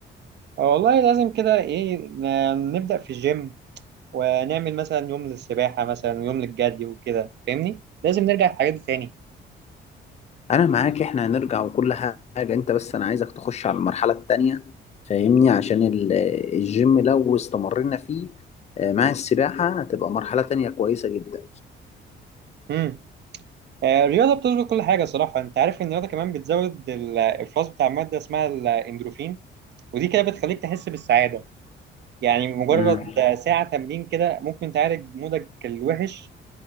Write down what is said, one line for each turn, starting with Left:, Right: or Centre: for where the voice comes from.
Right: آه، والله لازم كده ايه ن- نبدأ في الجيم ونعمل مثلا يوم للسباحة مثلا ويوم للجري وكده فاهمني لازم نرجع الحاجات دي تاني
Left: انا معاك احنا هنرجع وكل حاجه انت بس انا عايزك تخش على المرحله التانيه فاهمني عشان ال- الجيم لو استمرنا فيه آه، مع السباحه هتبقى مرحله تانيه كويسه جدا
Right: امم آه، الرياضة بتظبط كل حاجة صراحة انت عارف ان الرياضة كمان بتزود الافراز بتاع مادة اسمها الاندروفين ودي كده بتخليك تحس بالسعادة يعني مجرد
Left: مم.
Right: ساعة تمرين كده ممكن تعالج مودك الوحش